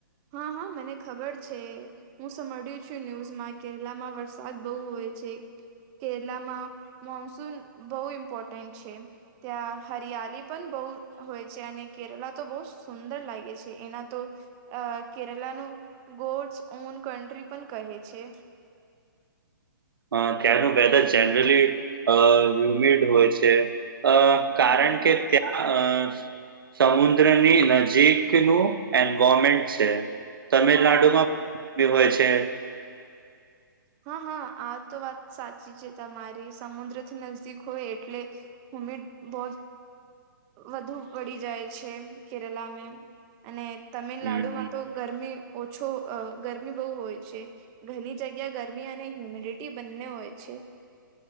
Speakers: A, on the right; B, on the right.
A: હા હા મને ખબર છે. હું સમ્યું છું ન્યૂઝમાં કેરલામાં વરસાદ બહુ હોય છે કેરલામાં મોનસૂન બહુ ઇમ્પોર્ટન્ટ છે. ત્યાં હરિયાલી પણ બહુ હોય છે અને કેરલા તો બહુ સુંદર લાગે છે એના તો અ કેરલાનું ગોડ્સ ઓન કન્ટ્રી પણ કહે છે
B: અ ત્યાંનું વેધર જેનરલી હ્યુમિડ હોય છે. અ કારણ
A: હા
B: કે ત્યા અ સમુદ્રની નજીકનું એન્વોરમેન્ટ છે. તમિલનાડુ
A: હા
B: માં ભી હોય છે
A: હા હા આ તો વાત સાચી છે તમારી સમુદ્ર થી નજદીક હોય એટલે હ્યુમિડ બોહોત વધુ વડી જાય છે કેરલામેં અને તમિલનાડુમાં
B: હમ
A: તો ગરમી ઓછો અ ગરમી બહુ હોય છે ઘણી જગ્યા ગરમી અને હ્યુમિડિટી બંને હોય છે.